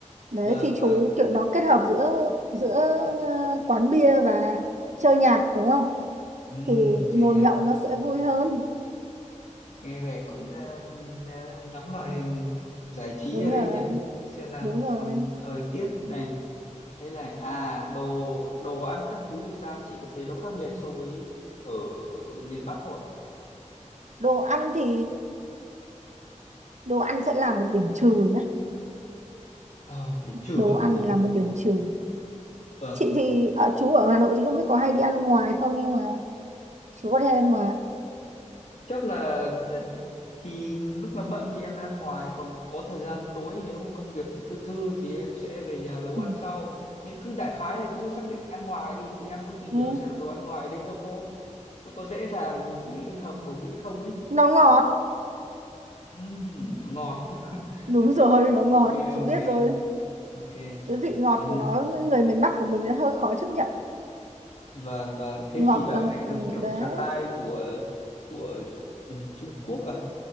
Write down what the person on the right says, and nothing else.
đấy
thì
chú kiểu nó kết hợp giữa giữa quán bia và chơi nhạc đúng không
thì
ngồi
nhậu nó sẽ vui hơn
đúng
rồi
đúng rồi
đồ ăn thì đồ ăn sẽ là một điểm trừ nhá
đồ ăn
là một điểm trừ
chị thì ở chú ở Hà Nội thì không biết có hay đi ăn ngoài không nhưng mà chú có thể ăn ngoài
ừ.
Ừ.
nó ngọt
đúng rồi nó ngọt
chú
biết rồi
cái vị ngọt
của nó người miền Bắc của mình nó hơi khó chấp nhận
ngọt
là
ừ,
đấy